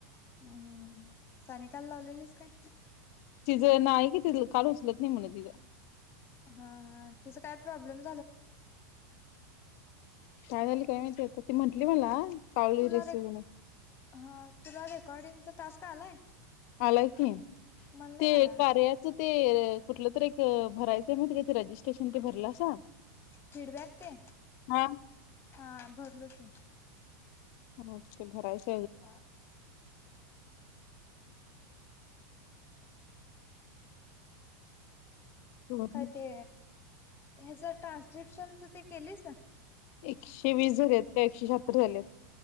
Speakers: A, on the left; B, on the left.
A: हम्म्म सानिका ला लावलेलीस काय?
B: तिझं नाही कि तिज कॉल उचलत नाही म्हणून तिचं
A: हा हा तिच काय प्रॉब्लेम
B: काय झालं काय माहिती आता ती म्हंटली मला काल
A: तुला
B: रिसिव्ह
A: रे
B: म्हणून
A: हा तुला रेकॉर्डिंगचा टास्क आलाय?
B: आलाय की
A: मला नाही
B: ते
A: आला
B: कार्यात ते कुठलं तर एक भरायचं माहितिये का ते रजिस्ट्रेशन ते भरलासा
A: फीडबॅक ते
B: हा
A: हा भरलो की
B: ह ते भरायच
A: ते <inaudible> <unintelligible> <unintelligible>
B: भरून
A: काय ते ह्याच ट्रान्स्क्रिप्शनच ते केलीस
B: एकशे वीस झालेत काय एकशे शहात्तर झालेत